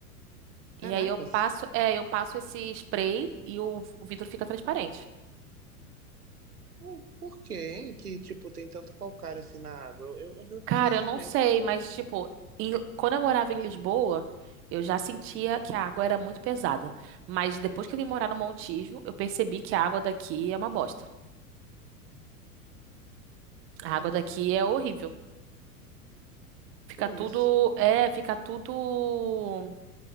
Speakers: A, on the right; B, on the right.
A: E
B: Caracas.
A: aí eu passo, é, eu passo esse spray e o, o vidro fica transparente.
B: Por por quê, hein? Que, tipo, tem tanto calcário assim na água. Eu, eu, eu reparei
A: Cara,
B: isso
A: eu não
B: mesmo.
A: sei, mas tipo, em- quando eu morava em Lisboa, eu já sentia que a água era muito pesada. Mas depois que eu vim morar no Montijo, eu percebi que a água daqui é uma bosta. A
B: Cara,
A: água daqui é horrível. Fica
B: que isso.
A: tudo, é, fica tudo,